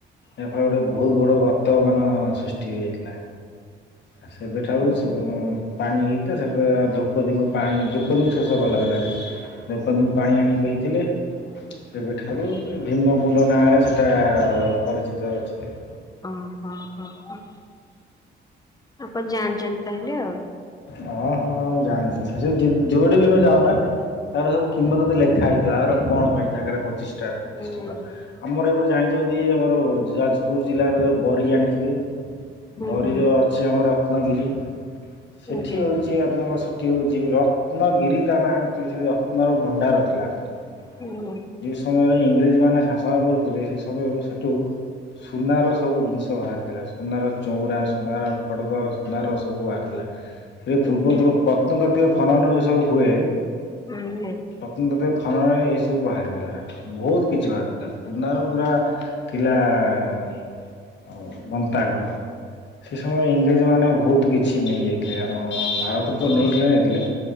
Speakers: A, on the left (about 65°); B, on the left (about 20°).
A: ଏ ଫା ଗୋଟେ ବହୁତ ବ ବଡ଼ ଗର୍ତ୍ତମାନ ସୃଷ୍ଟି ହୋଇଯାଇଥିଲା ଆ ସେବେଠାରୁ
B: ହୁଁ
A: ଶୁ
B: ହୁଁ।
A: ପାଣି ହେଇଥ ସେପ ଦ୍ରୌପଦୀଙ୍କୁ ପାଣି ଦ୍ରୌପଦୀଙ୍କୁ ଶେଷ କଲା ହେଲାକି। ଦ୍ରୌପଦୀ ଙ୍କୁ ପାଣି ଆଣିିକି ପେଇଥିଲେ। ସେବେ ଠାରୁ ଭିମ କୁଣ୍ଡ ନାଁରେ ସେଟା ପରିଚିତ ଅଛି ଆଉ।
B: ଅ ହଁ ହଁ ହଁ ଆପଣ ଜାଣିଛନ୍ତି ତାହେଲେ ଆଉ।
A: ହଁ ହଁ ଜାଣିଛି ଯୁଆଡେ ବି ଯାଉନା। ତାର ସବୁ କିମ୍ୱଦନ୍ତି ଲେଖା ହେଇଥିବ ଆର କଣ ପାଇଁ ଜାଗାଟା ପଚିଷ୍ଟା। ପ୍ରତିଷ୍ଠିତ
B: ହୁଁ ହୁଁ
A: ଆମର ଏପଟ ଜାଣିଛନ୍ତି ଆମର ଯାଜ୍ ପୁର୍ ଜିଲ୍ଲାର ଜୋଉ ବରି ଜାଣିଥିବେ ବରିରେ
B: ହୁଁ ଆଜ୍ଞା
A: ଅଛି ଆମ ରତ୍ନଗିରି। ସେଠି
B: ହୁଁ ଆଜ୍ଞା।
A: ହଉଚି। ଠି ଆପଣଙ୍କର ସେଠି ହେଉଛି ରତ୍ନଗିରିତା ନାଁ ଅକ୍ଚୋଲି ସେଠି ରତ୍ନର ଭଣ୍ଡାର ଥିଲା ସେଠି।
B: ହୁଁ।
A: ଯେଉଁ ସମୟରେ ଇଂରେଜ ମାନେ ଶାସନ କରୁଥିଲେ ସେ ସମୟରୁ ସେଠୁ। ସୁନାର ସବୁ ଜିନିଷ ବାହାର୍ଥିଲା ସୁନାର ଚଉଁରା ସୁନାର ଖଡ୍ଗ ସୁନାର ସବୁ ବାହାର୍ଥିଲା। ପୂର୍ବ
B: ଓହୋ ହୁଁ
A: ତଳୁ ପତ୍। ରତ୍ନତାତୀୟ ଖନନ ଯେଉଁ ସବୁ ହୁଏ।
B: ହୁଁ।
A: ରତ୍ନତାତୀୟ ଖନନରେ ଏହିସବୁ ବାହାରିଗଲା। ବହୁତ୍ କିଛି ବାହାରିଥିଲା। ସୁନାର ପୁରା ଥିଲା ଇଏ ଆଉ ଗନ୍ତାଘର। ସେ ସମୟରେ ଇଂରେଜ ମାନେ ଭଉତ୍ କିଛି ନେଇଯାଇ ଥିଲେ ଆମ ଭାରତ୍ ରୁ
B: ହଁ
A: ତ ନେଇଥିଲେ ନେଇଥିଲେ